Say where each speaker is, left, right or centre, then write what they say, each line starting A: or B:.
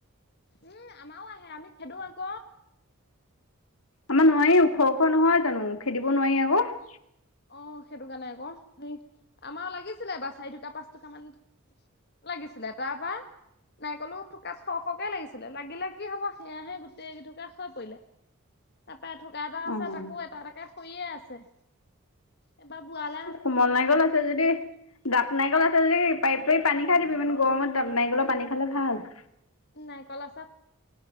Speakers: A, on the left (about 50°); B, on the left (about 75°).
A: উম, আমাও আহে, আমি খেদো আক'।
B: আমাৰ নোৱাৰি ওখ ওখ নহয় জানো? খেদিব নোৱাৰি আক'।
A: অঁ, সেইটো কাৰণে আক'। হেই আমাও লাগিছিলে এইবাৰ চাৰিথুকা, পাঁচথুকা মান। লাগিছিলে তাৰপৰা নাৰিকলো থুকাত সৰহ সৰহকে লাগিছিলে। লাগিলে কি হ'ব সেয়াহে গোটেই কেইথুকা সৰি পৰিলে। তাৰপৰা থুকা এটা আছে
B: অ',
A: তাকো এটা এটাকে সৰিয়ে আছে। এইবাৰ বুঢ়া হ'লে
B: কোমল নাৰিকল আছে যদি দাপ নাৰিকল আছিল যদি পাৰি পাৰি পানী খাই দিবি। ইামন গৰমত দাপ নাৰিকলৰ পানী খালে ভাল।
A: নাৰিকল আছে।